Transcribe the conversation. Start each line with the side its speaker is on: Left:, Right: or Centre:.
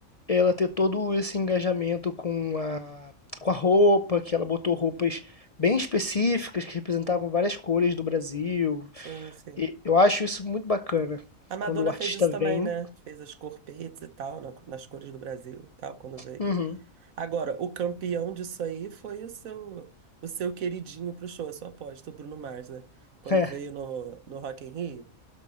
Left: ela ter todo esse engajamento com a, com a roupa, que ela botou roupas bem específicas que representavam várias cores do Brasil.
Right: Sim, sim.
Left: E eu acho isso muito bacana
Right: A Madonna
Left: quando o artista
Right: fez isso também,
Left: vem.
Right: né? Fez as corpetes e tal, na- nas cores do Brasil e tal, quando veio.
Left: Uhum.
Right: Agora, o campeão disso aí foi o seu, o seu queridinho pro show, a sua aposta, o Bruno Mars, né? Quando
Left: <laughs>
Right: veio no, no Rock in Rio,